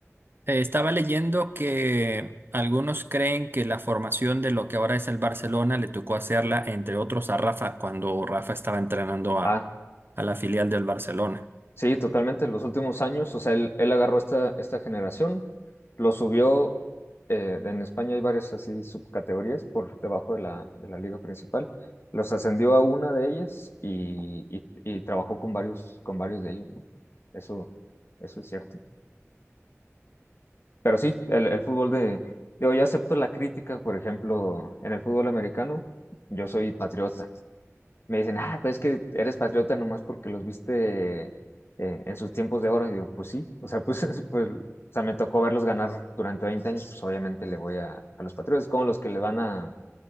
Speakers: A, on the right; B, on the left.
A: eh, estaba leyendo que algunos creen que la formación de lo que ahora es el Barcelona le tocó hacerla, entre otros, a Rafa cuando Rafa estaba entrenando a,
B: Ah,
A: a la filial del Barcelona.
B: sí, totalmente, los últimos años, o sea, él, él agarró esta, esta generación, lo subió, eh, en España hay varias así subcategorías por debajo de la, de la liga principal, los ascendió a una de ellas y, y, y trabajó con varios, con varios de ellos, ¿no? Eso, eso es cierto. Pero sí, el, el fútbol de, digo, yo acepto la crítica, por ejemplo, en el fútbol americano, yo soy patriota. Me dicen, ah, pues es que eres patriota nomás porque los viste eh, en sus tiempos de oro. Y digo, pues sí, o sea, pues, <laughs> pues, o sea, me tocó verlos ganar durante 20 años, pues obviamente le voy a, a los patriotas, como los que le van a,